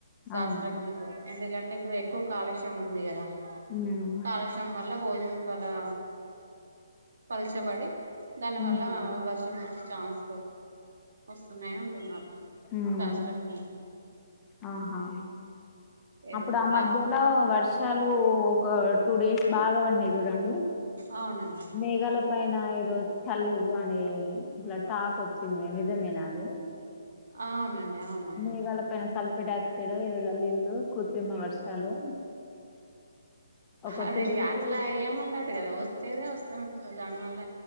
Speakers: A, on the right (about 60°); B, on the left (about 20°).
A: శాస్త్రజ్జూతు
B: అవును
A: ఎందుకంట టే ఇప్పుడు ఎక్కువ కాలుష్యం ఉంది కదా
B: హ్మ్
A: కాలుస్యం వల్ల భోజనం పాలా పలుచబడి దాని
B: హుహు.
A: వల్లా వచ్చెచాన్స్ వస్తున్నాయి అంటున్నారు
B: హ్మ్.
A: శాస్త్రజ్ఞలు
B: ఆహా
A: ఏదైనా
B: అప్పుడు ఆ
A: ప్లాస్టిక్
B: మధ్యలో వర్షాలూ ఒక టూ డేస్ బాగావన్నయి చూడండి
A: అవునండి
B: మేఘాల పైన ఏరోజు తల్లివు అని ఇట్లా టాక్ వచ్చింది నిజమేన అది
A: అవునండి అవునవును
B: మేఘల పైన స్థల్‌ ఎటాక్లి ఇల్లు కుర్తిమ వర్షాలు ఒక
A: అది
B: డేస్
A: అట్లా ఏముండదు గదా తేదే వస్తానంట దానివల్ల